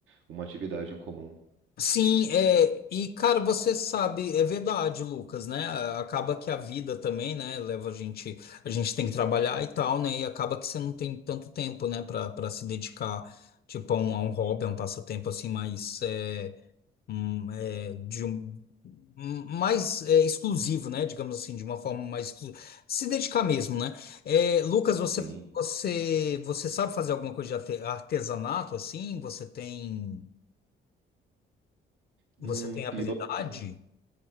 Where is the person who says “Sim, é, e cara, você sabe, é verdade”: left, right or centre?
Left